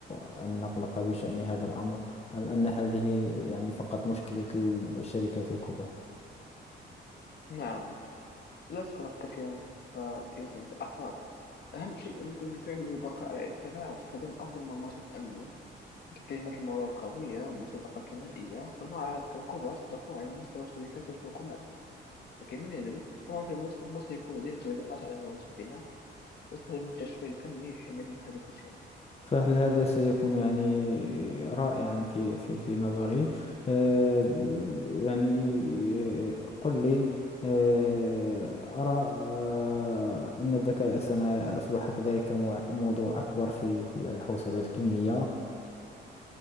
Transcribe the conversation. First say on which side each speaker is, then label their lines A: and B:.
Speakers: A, on the left; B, on the left.
A: أن نقلق بشأن هذا الأمر أم أن هذه يعني فقط مشكلة الشركات الكبرى؟
B: نعم لا تقلق كثيرا فيزن الأفراد أهم شيء يمكن فعله هو البقاء على اطلاع واستخدام أفضل الممارسات الأمنية ككلمة المرور القوية والمصادقة الثنائية والمعارض كالكبرى ستكون على مستوى الشركات والحكومات لكن من يدري طبعا في المستقبل سيكون لدينا تطبيقات على هواتفنا تستخدم التشفير الكمي لحماية محادثاتنا
A: فهل هذا سيكون يعني رائعا في في في نظري آه، يعني قل لي آه، أرى آه، أن الذكاء الصناعي أصبح كذلك مو- موضوع أكبر في في الحوسبة الكمية